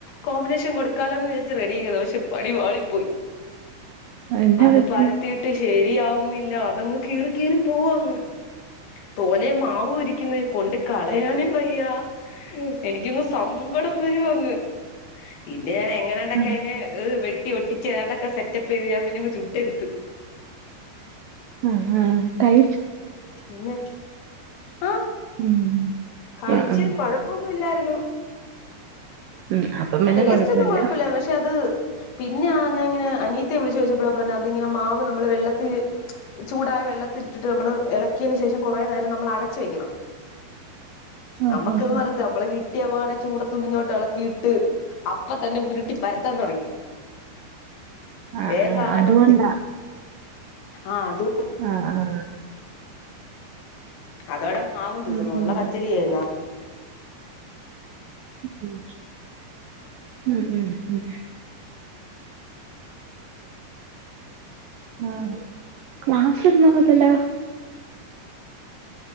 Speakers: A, on the left; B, on the right.
A: കോമ്പിനേഷൻ കൊടുക്കാലോന്ന് വച്ച് റെഡി ആക്കിയതാ പക്ഷെ പണി പാളിപ്പോയി
B: ആഹ് എന്നാ
A: അത്
B: പറ്റി?
A: പരത്തിയിട്ട് ശെ ശരിയാവുന്നില്ല അതങ്ങ് കീറി കീറി പോവാ അങ്ങ്. തോനെ മാവ് ഒരിക്ക് ക്കുന്നേ കൊണ്ട് കളയാനും വയ്യ എനി സങ്കടം വരുവാന്ന് ഇത് പിന്നെ ഞാൻ എങ്ങനാണ്ടൊക്കെ
B: ആ
A: അതിനെ വെട് ട്ടി ഒട്ടിച്ച് ഏതാണ്ടൊക്കെ സെറ്റപ്പ് ചെയ്ത് ഞാൻ പിന്നങ്ങ് ചുട്ട് എടുത്ത്
B: ആ ആ കൈ
A: പിന്നെ ആ
B: ഉം
A: കഴിച്ച്
B: ആ ആ
A: കൊഴപ്പോന്ന് ഇല്ലായിരുന്നു
B: ഉം അപ്പം പിന്നെ
A: ടേസ്റ്റ്
B: കൊഴപ്പല്ല
A: ഒന്നും കുഴപ്പയില്ല പക്ഷെ അത് പിന്നെ ആ ഞാൻ ഇങ്ങനെ അനിയത്തിയെ വിളിച്ചു ചോദിച്ചപ്പോളാ പറഞ്ഞെ അതിങ്ങനെ മാവ് നമ്മള് വെള്ളത്തിൽ ചൂടായ വെള്ളത്തിൽ ഇട്ടിട്ട് നമ്മള് ഇളക്കിയതിന് ശേഷം കുറെ നേരം നമ്മൾ അടച്ചു വെക്കണം
B: ഓ
A: നമ്മക്ക്
B: ഓ
A: ഇന്ന്
B: ഓ
A: നിറത്തി നമ്മളെ കിട് ട്ടിയപാടെ ചൂടത്തുന്നിഞ്ഞോട്ട് ഇളക്കിട്ട് ട്ട് അപ്പ തന്നെ ഉരുട്ടി പരത്താൻ തുടങ്ങി
B: ആ
A: വേഗം
B: ആ
A: ആവാൻ
B: അതുകൊണ്ടാ
A: ആ അതു
B: ആ ആ ആ
A: അതോടെ മാവും തീർന്നു,
B: ഉം
A: ഒള്ള
B: ഉം
A: പച്ചരി ആയിരുന്നാ
B: ഉം ഉം ഉം ഉം <unintelligible>